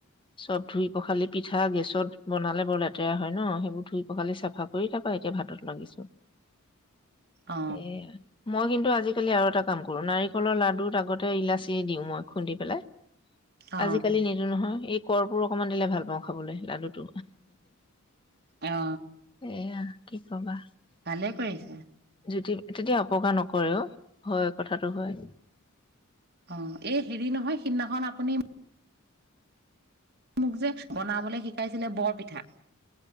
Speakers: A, on the left; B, on the right.
A: চব ধুই পখালি পিঠা গেছত বনালে বৰ লেতেৰা হয় ন, সেইবোৰ ধুই পখালি চাফা কৰি তাৰপা এতিয়া ভাত লাগিছো
B: অ
A: এয়া মই কিন্তু আজি আজিকালি আৰু এটা কাম কৰো নাৰিকলৰ লাডুুট আগতে ইলাচি দিওঁ মই খুন্দি পেলাই।
B: অ
A: আজিকালি নিদো নহয়। এই কৰ্পোৰ অকমান দিলে ভাল পাওঁ খাবলৈ লাডুটো।
B: অ
A: এয়া কি ক'বা
B: ভালে কৰিছে।
A: জুতি তেতিয়া অপকাৰ নকৰেও। হয় কথাটো হয়।
B: অ এই হেৰি নহয়, সিদিনাখন আপুনি মোক যে বনাবলৈ শিকাইছিলে বৰপিঠা